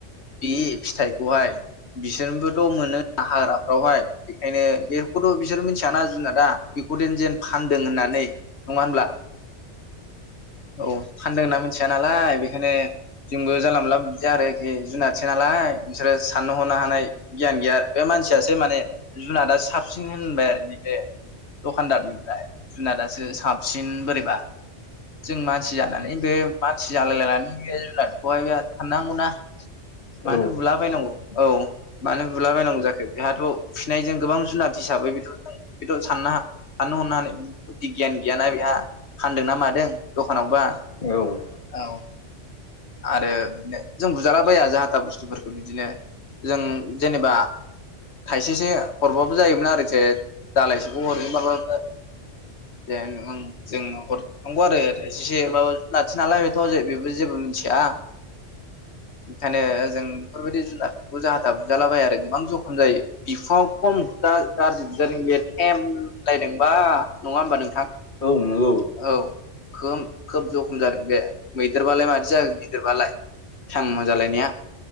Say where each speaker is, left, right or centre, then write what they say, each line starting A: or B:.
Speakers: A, on the left; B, on the left.
A: बे फिथाइखौहाय बिसोरनोबोथ' मोनो हाग्राफ्रावहाय बेखायनो बेखौथ' बिसोर मि मिथिया ना जुनादा बेखौ जेन फानदों होननानै नङा होनब्ला? औ फान्दों होनना मिथिया नालाय बेखायनो जोंबो जानला मोनला बुजाया आरोखि जुनादसो नालाय बिसोरो साननो हनो हानाय गियान गैया बे मानसियासो माने जुनादआ साबसिन होन <unintelligible> दखानदारनिफ्राय जुनादासो साबसिन बोरैबा जों मानसि जानानै बे मानसि जालायलायनानै बे जुनारखौहाय बे साननांगौना
B: औ
A: मानो बुलाबायनांगौ? औ मानो बुलाबायनांगौ जाखो बेहाथ' उखैनायजों गोबां जुनाद हिसाबै बेखौ जों बेथ' साननो साननो हनो हानाय बुद्धि गियान गैयाना बेहा फानदोंना मादों दखानावबा
B: औ।
A: औ आरो बिदिनो जों बुजालाबाया जाहाथा बुस्थुफोरखौ बिदिनो जों जेनेबा थाइसेसो हरबाबो जायोमोन आरोखि दालायसेखौ हरजोबाबो जे जों हरनांगौ आरो थायसेसे माब लासि नालाय बेथ' बेबो जेबो मोनथि या। ओंखायनो जों बेफोरबायदि जुनारखौ जाहाथा बुजालाबाया आरो गोबां जखम जायो। बिखुङाव खम गा-गाज्रि बुजादों बे थेम होनलायदोंबा नङा होमबा नोंथां?
B: औ नंगौ।
A: औ। खोब खोब जखम जादों बे मैदेरबालाय माददि जाखो गिदिरबालाय इम जालायनाया